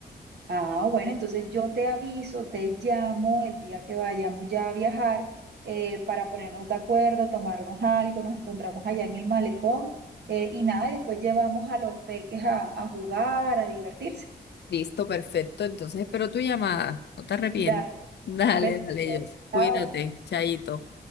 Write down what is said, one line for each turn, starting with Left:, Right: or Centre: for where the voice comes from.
Right: Ah, bueno, entonces yo te aviso, te llamo el día que vayamos ya a viajar eh, para ponernos de acuerdo, tomarnos algo, nos encontramos allá en el malecón eh, y nada, y después llevamos a los peques a, a jugar, a divertirse.
Left: Listo, perfecto. Entonces espero tu llamada. No te arrepientes.
Right: Dale,
Left: <laughs> Dale,
Right: un besito.
Left: dale, Jess.
Right: Chao.
Left: Cuídate, chaito.